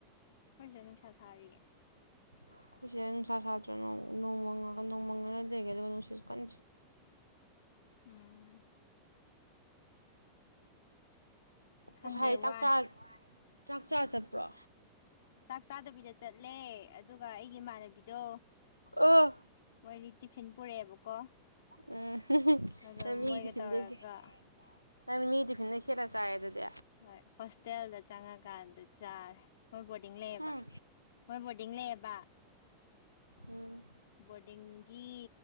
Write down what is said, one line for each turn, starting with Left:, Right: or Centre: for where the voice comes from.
Left: ꯈꯣꯏꯁꯤꯗ ꯅꯨꯡꯁꯥ ꯁꯥꯔꯤꯌꯦ
Right: ꯑꯩꯈꯣꯏ ꯁꯤꯗ ꯅꯨꯡꯁꯥ ꯁꯥꯗ꯭ꯔꯦ ꯅꯣꯡꯃꯪꯉꯒ ꯅꯣꯡꯃꯪꯉꯒ ꯂꯩꯒꯦ ꯅꯨꯡꯁꯤꯠꯁ ꯀꯟ
Left: ꯎꯝ ꯈꯪꯗꯦ
Right: ꯉꯁꯥꯏ
Left: ꯋꯥꯏ
Right: ꯆꯥꯛꯆꯥ ꯆꯥꯛꯆꯥꯥꯔ ꯆꯠꯄ꯭ꯔꯣ
Left: ꯆꯥꯛ ꯆꯥꯗꯕꯤꯗ ꯆꯠꯂꯦ ꯑꯗꯨꯒ ꯑꯩꯒꯤ ꯏꯃꯥꯟꯅꯕꯤꯗꯣ
Right: ꯑꯥ
Left: ꯃꯣꯏꯗꯤ ꯇꯤꯐꯤꯟ ꯄꯨꯔꯛꯑꯦꯕꯀꯣ
Right: ꯎꯝ
Left: ꯑꯗꯣ
Right: ꯅꯪ ꯃꯤꯒꯤ
Left: ꯃꯣꯏꯒ
Right: ꯇꯤꯐꯤꯟꯗꯒꯤ
Left: ꯇꯧꯔꯒ
Right: ꯅꯪꯗꯤ ꯃꯤꯒꯤ ꯐꯤꯟꯗꯒꯤ ꯈꯦꯠꯂ ꯆꯥꯔꯦ ꯑꯗꯨꯗꯤ
Left: ꯍꯣꯏ ꯍꯣꯁꯇꯦꯜꯗ ꯆꯪꯉꯀꯥꯟꯗ ꯆꯥꯔꯦ ꯃꯣꯏ ꯕꯣꫪꯗꯤꯡ ꯂꯩꯌꯦꯕ
Right: ꯎꯝ
Left: ꯃꯣꯏ ꯕꯣꫪꯗꯤꯡ ꯄꯤꯡ ꯂꯩꯔꯕ
Right: ꯎꯝ
Left: ꯕꯣꯔꯗꯤꯡꯒꯤ